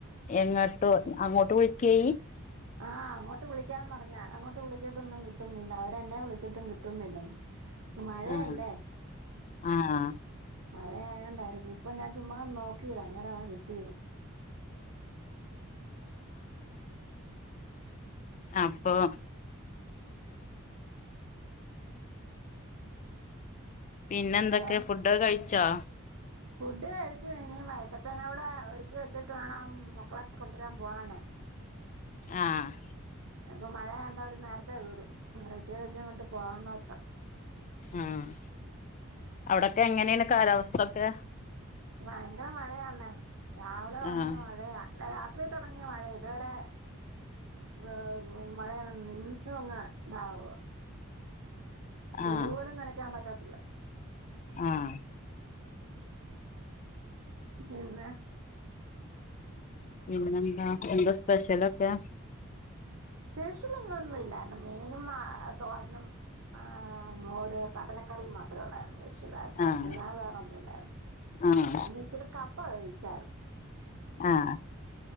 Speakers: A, on the left (about 35°); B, on the right (about 70°).
A: എങ്ങട്ടു അങ്ങോട്ട് വിളിക്കയി
B: ആഹ് അങ്ങോട്ട് വിളിക്കാൻ പറഞ്ഞ് ഞാൻ അങ്ങോട്ട് വിളിച്ചിട്ടൊന്നും കിട്ടുന്നില്ല അവര് എന്നെ വിളിച്ചിട്ടും കിട്ടുന്നില്ലെന്ന് ഇന്ന് മഴയല്ലേ
A: ആഹ് ആഹ്
B: മഴയായോണ്ടായിരിക്കും ഇപ്പൊ ഞാൻ ചുമ്മാ ഒന്ന് നോക്കിയതാ അന്നരവാ കിട്ടിയത്
A: അപ്പോ പിന്നെന്തൊക്കെ
B: ഹലോ
A: ഫുഡ് ഒക്കെ കഴിച്ചോ
B: ഫുഡ് കഴിച്ചു ഇനി വൈട്ടത്തേനൂടെ അവർക്ക് വെച്ചിട്ട് വേണം മക്കളെ കൊണ്ടുവരാൻ പോവാന്
A: ആഹ്
B: ഇപ്പം മഴയ കണ്ടവരും നേരത്തെ വീടും ന്തെച്ച കഴിഞ്ഞ അങ്ങോട്ട് പോകാന്ന്ർത്താ
A: ആഹ് അവിടൊക്കെ എങ്ങനെയാണ് കാലാവസ്ഥൊക്കെ
B: ഭയങ്കര മഴയാന്നേ രാവിലെ തൊടങ്ങിയ
A: ആഹ്
B: മഴയാ രാത്രി തൊടങ്ങിയ മഴയ ഇതുവരെ <unintelligible> മഴയാ ഇന്നും ങ്ങ ഇതാവാ തുണി
A: ആഹ്
B: പോലും നനക്കാൻ പറ്റത്തില്ല
A: ആഹ്
B: പിന്നെ
A: പിന്നെന്താ എന്താ സ്പെഷ്യലൊക്കെ?
B: സ്പെഷ്യൽ ഒന്നുന്നു ഇലാരുന്നു മീനും ആ തോരനും ആഹ് മോരു കടലക്കറിയും മാത്രം ഒള്ളായിരുന്നുള്ളൂ വിഷദായിട്ട്
A: ആഹ്
B: അ വേറെ ഒന്നും ഇല്ലായിരുന്നു
A: ആഹ്
B: പിന്നെ ഇച്ചിരി കപ്പ കഴിച്ചാര്ന്നു
A: ആഹ്